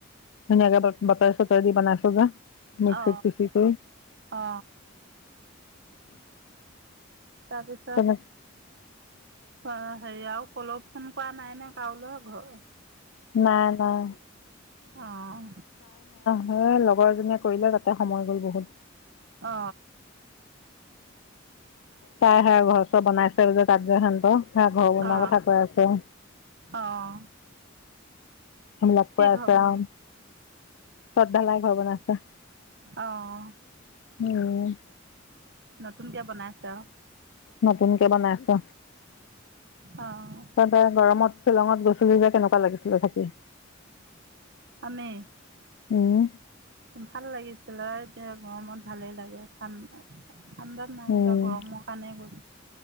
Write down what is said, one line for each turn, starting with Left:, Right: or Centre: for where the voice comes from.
Left: ধুনীয়াকে। তেল দি বনাইছো যে মিক্সিত
Right: আহ
Left: পিচি কৰি
Right: অ তাৰপিছত
Left: তেনে
Right: অ সেৰি আৰু কল ফোন কৰা নাই নে কাৱলৈ ঘৰ
Left: নাই নাই
Right: অহ
Left: এ লগৰ এজনীয়ে কৰিলে তাতে। সময় গ'ল বহুত।
Right: অ
Left: তাই হয় ঘৰ চৰ বনাইছে যে তাত যে হেনতে। তাই ঘৰ বনোৱা
Right: অঁ
Left: কথা কৈ আছে।
Right: অঁ
Left: সোমলাতপুৰ
Right: কি
Left: আছাম।
Right: ঘৰ বন
Left: চৰ্তধালাই ঘৰ বনাইছে
Right: অঁ
Left: উম।
Right: নতুনকে বনাইছে অ
Left: নতুনকে বনাইছে
Right: অঁ
Left: তাত গৰমত শ্বিলঙত গৈছ শ্বিলংত কেনেকুৱা লাগিছিলে থাকি।
Right: আমি
Left: উ
Right: ভাল লাগিছিলে এতিয়া গৰমত ভালেই লাগে ঠাণ্ডা। ঠাণ্ডাত নাই
Left: উম
Right: যোৱা গৰমৰ কাৰণে গৈছ‌।